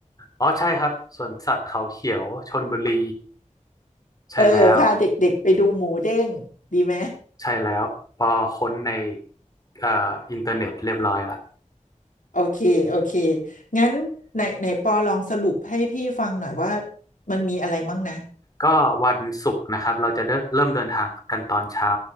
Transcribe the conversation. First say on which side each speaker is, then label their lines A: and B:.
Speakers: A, on the left (about 30°); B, on the left (about 75°).
A: อ๋อใช่ครับสวนสัตว์เขาเขียวชลบุรีใช่แล้ว
B: เออพาเด็กๆไปดูหมูเด้งดีไหม
A: ใช่แล้วพอค้นในเอ่ออินเทอร์เน็ตเรียบร้อยละ
B: โอเคโอเค งั้นไหนไหนปอลองสรุปให้พี่ฟังหน่อยว่ามันมีอะไรมั่งนะ
A: ก็วันศุกร์นะครับเราจะเดินเริ่มเดินทางกันตอนเช้า